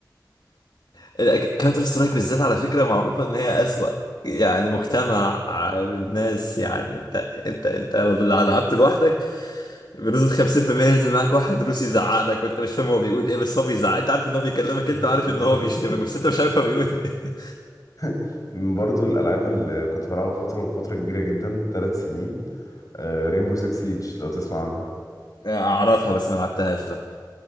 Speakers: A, on the left (about 70°); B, on the left (about 50°).
A: <laughs> كانتر سترايك بالذات على فكرة معروفة ان هي أسوأ يعني مجتمع بالناس يعني انت انت انت لو لعبت لوحدك بنسبة 50% ينزل معاك واحد روسي يزعق لك وانت مش فاهم هو بيقول ايه بس هو بيزعق انت عارف ان هو بيكلمك
B: <laughs>
A: انت عارف
B: بالظبط
A: ان هو بيشتمك بس انت مش عارف هو بيقول ايه
B: <laughs> برضو الالعاب اللي كنت بلعبها فتره وفتره كبيره جدا ثلاث سنين ريمبو 6 سيج لو تسمع
A: <laughs> اعرفها بس ما لعبتهاش لا